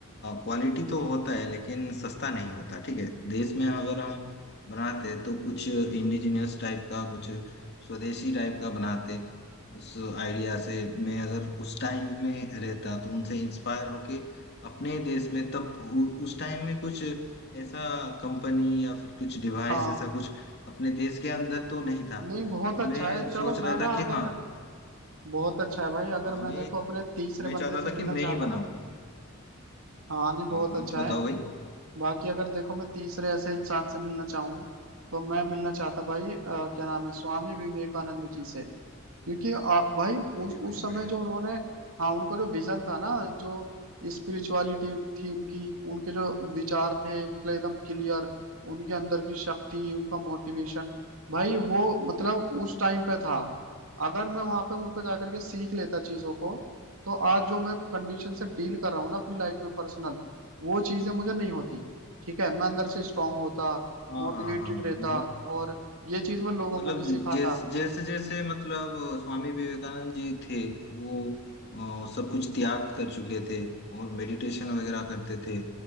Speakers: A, on the left; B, on the right.
A: क्वालिटी तो होता है लेकिन सस्ता नहीं होता ठीक है देश में अगर हम बनाते हैं, तो कुछ इंडिजिनियस टाइप का कुछ स्वदेशी टाइप का बनाते उस आइडिया से मैं अगर उस टाइम में रहता तो उनसे इंस्पायर होके अपने देश में तब उ, उस टाइम में कुछ ऐसा कंपनी या फिर कुछ डिवाइस
B: हाँ
A: ऐसा कुछ अपने देश के अंदर तो नहीं था
B: नहीं बहुत
A: तो
B: अच्छा
A: मैं
B: है चलो
A: सोच रहा
B: मैं
A: था
B: ना
A: कि
B: अगर
A: हाँ
B: बहुत अच्छा है भाई अगर
A: हाँ मैं
B: मैं देखो अपने तीसरे
A: मैं चाहता
B: बंदे से
A: था
B: मिलना
A: कि मैं
B: चाहता
A: ही बनाऊं
B: ना हाँ नहीं बहुत
A: हाँ हाँ
B: अच्छा
A: बताओ
B: है
A: भाई
B: बाकी अगर देखो मैं तीसरे ऐसे इंसान से मिलना चाहूँ तो मैं मिलना चाहता भाई अ, क्या नाम है स्वामी विवेकानंद जी से क्योंकि आ, भाई
A: अरे
B: उस उस
A: भाई
B: समय
A: बढ़िया
B: जो उन्होंने हाँ उनका जो विजन था ना जो स्पिरिचुअलिटी थी उनकी उनके जो विचार थे मतलब एकदम क्लियर उनके अंदर की शक्ति उनका मोटिवेशन भाई वो मतलब उस टाइम पे था अगर मैं वहां पे उनको जाकर के सीख लेता चीजों को तो आज जो मैं कंडीशन से डील कर रहा हूँ ना अपनी लाइफ में पर्सनल वो चीजें मुझे नहीं होती ठीक है मैं अंदर से स्ट्रांग होता
A: हाँ
B: मोटिवेटेड
A: हाँ हाँ
B: रहता
A: मतलब
B: और ये चीज मैं लोगों
A: मतलब
B: को भी सिखाता
A: जैसे जैसे जैसे मतलब स्वामी विवेकानंद जी थे वो अ, सब कुछ त्याग कर चुके थे और मेडिटेशन वगैरह करते थे